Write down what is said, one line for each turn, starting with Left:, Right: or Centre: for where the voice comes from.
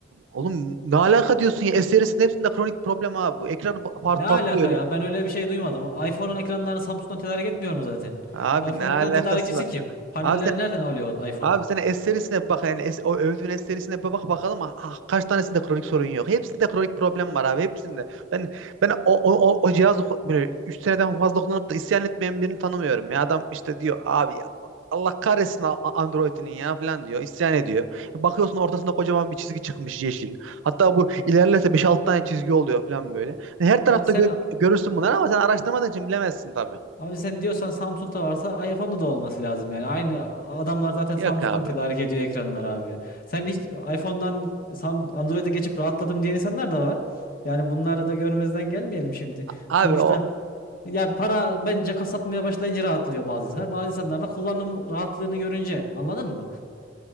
Right: Oğlum ne alaka diyorsun ya? S serisinin hepsinde kronik problem abi bu. Ekranı pa- part
Left: Ne
Right: patlıyor
Left: alaka
Right: öyle.
Left: ya? Ben öyle bir şey duymadım. iPhone'un ekranlarını Samsung'dan tedarik etmiyor mu zaten?
Right: Abi
Left: iPhone
Right: ne alakası
Left: ekran tedarikçisi
Right: var?
Left: kim? Panelleri
Right: Abi sen
Left: nereden alıyor iPhone?
Right: Abi sen es serisine bir bak yani es- o övdüğün es serisine bir bak bakalım ah, ah, kaç tanesinde kronik sorun yok. Hepsinde kronik problem var abi hepsinde. Ben ben o o o, o cihazı ku- böyle 3 seneden fazla kullanıp da isyan etmeyen birini tanımıyorum. Ya adam işte diyor abi ya Allah kahretsin A- A- Android'inin ya falan diyor. isyan ediyor. Bakıyorsun ortasında kocaman bir çizgi çıkmış yeşil. Hatta bu ilerlerse beş 6 tane çizgi oluyor falan böyle. Yani Her tarafta
Left: Abi sen
Right: gö- görürsün bunları ama sen araştırmadığın için bilemezsin tabii.
Left: abi sen diyorsan Samsung'da varsa iPhone'da da olması lazım yani. Aynı adamlar zaten
Right: Yok
Left: Samsung'dan
Right: abi.
Left: tedarik ediyor ekranları abi ya. Sen hiç iPhone'dan Sam- Android'e geçip rahatladım diyen insanlar da var. Yani bunları da görmezden gelmeyelim şimdi.
Right: Abi
Left: Sonuçta
Right: o
Left: ya para bence kasatmaya başlayınca rahatlıyor bazı insanlar. Bazı insanlar da kullanım rahatlığını görünce anladın mı?